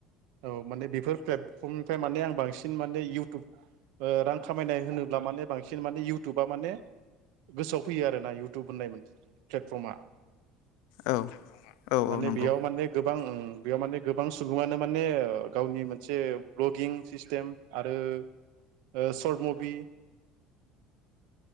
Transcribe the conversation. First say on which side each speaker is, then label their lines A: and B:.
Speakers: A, on the right; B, on the left.
A: औ माने बेफोर प्लेटफ्रमनिफ्राय माने आं बांसिन माने इउटुब ओ रां खामायनाय होनोब्ला माने बांसिन इउटुबा माने गोसोयाव फैयो आरोना इउटुब होननाय मोन प्लेटफ्रमा
B: औ औ
A: माने
B: औ नंगौ
A: बेयाव माने गोबां ओ बेयाव माने गोबां सुबुंआनो माने गावनि मोनसे भ्लगिं सिस्टेम आरो सर्ट मुभि